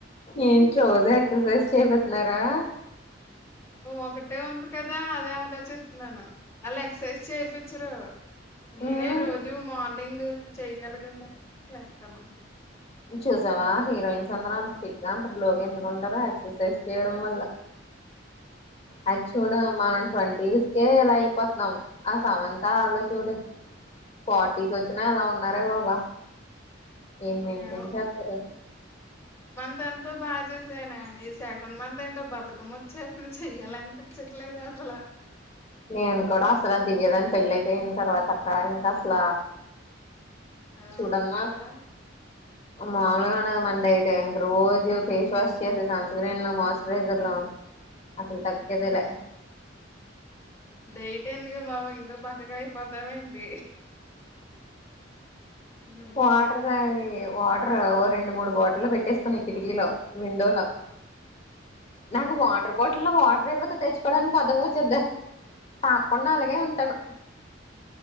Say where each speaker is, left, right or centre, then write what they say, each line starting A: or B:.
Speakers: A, on the left; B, on the left.
A: ఏంటి రోజు ఎక్సర్సైజ్ చేపితున్నారా
B: ఒకటే ఉంది కదా అదే ఆలోచిస్తున్నాను అలా ఎక్సర్సైజ్ చెప్పిచరు నేనే
A: మ్మ్
B: రోజూ మార్నింగ్ చెయ్యాలి కదా చేస్తాను
A: చూసావా హీరోయిన్స్ అందరు అంత్ ఇంకా అంత గ్లోగ ఎందుకు ఉంటారు ఎక్సర్సైజ్ చేయడం వల్ల అది చూడం మనం ట్వంటీస్కే ఇలా అయిపోతున్నాం ఆ సమంతా వాళ్ళు చూడు ఫార్టీస్ వచ్చినా ఎలా ఉన్నారే బాబా ఏం మెయింటైన్
B: ఏమో
A: చేస్తరు
B: ఇదంతో బాగా చేశానే ఈ సెకండ్ మంత్ ఏంటో బతుకమ్మ వచ్చేతుంది చెయ్యాలినిపించట్లేదు ల
A: నేను కూడా అసలు దివ్యదాని పెళ్లి అయిపోయిన తర్వాత అక్క ఇంకా అసల
B: ఆ
A: చూడమ్మ
B: అసలా
A: మామూలుగానే మన డైట్ ట్ ఇంక రోజు ఫేస్ వాష్ చేసే సన్ స్క్రీన్ లో మాయిశ్చరైజర్ లో అసలు తగ్గేదెలే
B: ఉమ్, డైట్ ఎందుకే బాబు ఇంకా బక్కగా అయిపోతావెంటి హ్మ్
A: వాటర్ తాగ్ వాటరో ఓ రెండు మూడు బాటిల్లు పెట్టేసుకునీ కిటికీలో విండోలో
B: హ్మ్
A: నాకు వాటర్ బాట్ ట్లో వాటర్ అయిపోతే తెచ్చుకోవడానికి బద్ధకం వచ్చేదే తాకుండా అలాగే ఉంటాను